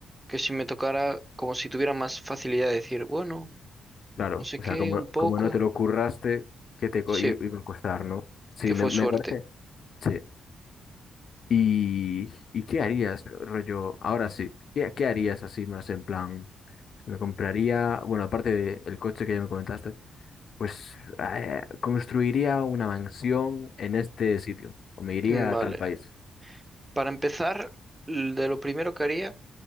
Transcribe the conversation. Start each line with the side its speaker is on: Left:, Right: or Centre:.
Right: Que si me tocara, como si tuviera más facilidad de decir, bueno,
Left: Claro,
Right: no sé
Left: o
Right: qué,
Left: sea, como,
Right: un poco.
Left: como no te lo curraste, ¿qué te co-
Right: Sí,
Left: i- iba a costar, no? Sí,
Right: que fue
Left: me, me
Right: suerte.
Left: parece. Sí. ¿Y, y qué harías, rollo? Ahora sí, ¿qué, qué harías así más en plan? pues, me compraría, bueno, aparte del coche que ya me comentaste, pues eh, construiría una mansión en este sitio, o me iría
Right: Mm, Vale.
Left: a tal país.
Right: Para empezar, l- de lo primero que haría,